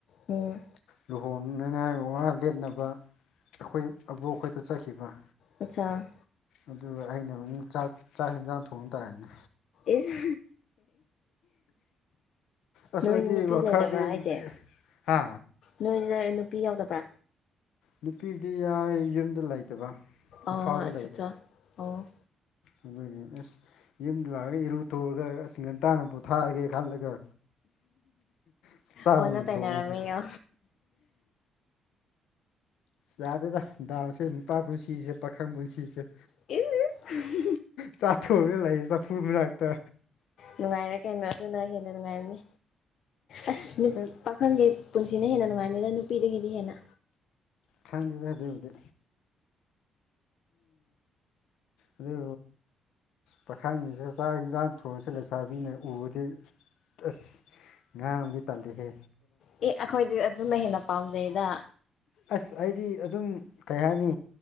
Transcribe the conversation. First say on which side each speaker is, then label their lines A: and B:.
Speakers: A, on the left; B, on the left.
A: ꯑꯣꯑ
B: ꯂꯨꯍꯣꯡꯅꯉꯥꯏ ꯋꯥ ꯂꯦꯅꯕ ꯑꯩꯈꯣꯏ ꯑꯕꯣꯛ ꯑꯩꯈꯣꯏꯗ ꯆꯠꯈꯤꯕ
A: ꯑꯆꯥꯥ
B: ꯑꯗꯨ ꯑꯩꯅ ꯑꯃꯨꯛ ꯆꯥꯛ ꯆꯥꯛ ꯌꯦꯟꯁꯥꯡ ꯊꯣꯡ ꯇꯥꯔꯅꯦ
A: ꯏꯁ
B: ꯑꯁ
A: ꯅꯣꯏꯗꯤ
B: ꯑꯩꯗꯤ
A: ꯅꯨꯄꯤ
B: ꯋꯥꯈꯜꯗꯤ
A: ꯂꯩꯇꯕ꯭ꯔꯥ ꯍꯥꯏꯁꯦ
B: ꯍꯥ
A: ꯅꯣꯏ ꯅꯨꯄꯤ ꯌꯥꯎꯗꯕ꯭ꯔ
B: ꯅꯨꯄꯤꯗꯤ ꯌꯥꯑꯏ ꯌꯨꯝꯗ ꯂꯩꯇꯕ ꯏꯝꯐꯥꯜꯗ
A: ꯑꯆꯥ ꯑꯠꯆꯥ ꯑꯣ
B: ꯑꯗꯨꯗꯒꯤ ꯑꯁ ꯌꯨꯝꯗ ꯂꯥꯛꯑꯒ ꯏꯔꯨ ꯊꯣꯛꯔꯒ ꯆꯤꯡꯒꯟ ꯇꯥꯅ ꯄꯣꯊꯥꯔꯒꯦ ꯈꯜꯂꯒ ꯆꯥꯛ ꯑꯣꯏꯅ
A: ꯑꯣꯟꯅ ꯇꯩꯅꯔꯝꯃꯦꯌꯣ
B: ꯊꯣꯡꯉ ꯌꯥꯗꯦꯗꯥ ꯗꯥꯎꯁꯦ ꯅꯨꯄꯥ ꯄꯨꯟꯁꯤꯁꯦ ꯄꯥꯈꯪ ꯄꯨꯟꯁꯤꯁꯦ꯫
A: ꯏꯁ ꯏꯁ
B: ꯁꯥꯇꯨꯅ ꯂꯦ ꯆ ꯐꯨꯗ ꯂꯥꯛꯇ
A: ꯅꯨꯡꯉꯥꯏꯔꯦ ꯀꯩꯅꯣ ꯑꯗꯨꯅ ꯍꯦꯟꯅ ꯅꯨꯡꯉꯥꯏꯔꯝꯅꯤ ꯑꯁ ꯃꯤꯠ
B: ꯍꯦꯛ
A: ꯄꯥꯈꯪꯒꯤ ꯄꯨꯟꯁꯤꯅ ꯍꯦꯟꯅ ꯅꯨꯡꯉꯥꯏꯅꯤꯅ ꯅꯨꯄꯤꯗꯒꯤꯗꯤ ꯍꯦꯟꯅ
B: ꯈꯪꯗꯦꯗ ꯑꯗꯨꯦ ꯎꯗ ꯑꯗꯨ ꯄꯥꯈꯥꯏꯅꯤꯁ ꯆꯥꯛ ꯌꯦꯟꯖꯥꯡ ꯊꯣꯡꯁ ꯂꯩꯁꯥꯕꯤꯅ ꯎꯕꯗꯤ ꯑꯁ ꯉꯥ ꯑꯃꯗꯤ ꯇꯥꯗꯦꯍꯦ
A: ꯑꯦ ꯑꯩꯈꯣꯏꯗꯤ ꯑꯗꯨꯅ ꯍꯦꯟꯅ ꯄꯥꯝꯖꯩꯗ
B: ꯑꯁ ꯑꯩꯗꯤ ꯑꯗꯨꯝ ꯀꯩ ꯍꯥꯏꯅꯤ